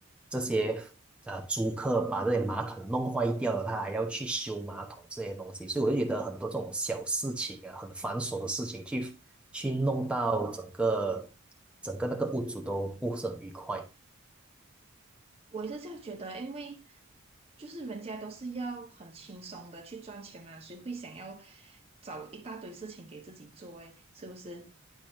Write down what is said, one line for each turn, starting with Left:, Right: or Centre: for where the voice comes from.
Centre: 这些呃租客把这些马桶弄坏掉了，他还要去修马桶这些东西，所以我就觉得很多这种小事情啊，很繁琐的事情去去弄到整个整个那个屋主都不是很愉快。
Right: 我也是这样觉得，因为就是人家都是要很轻松的去赚钱嘛，谁会想要找一大堆事情给自己做诶，是不是？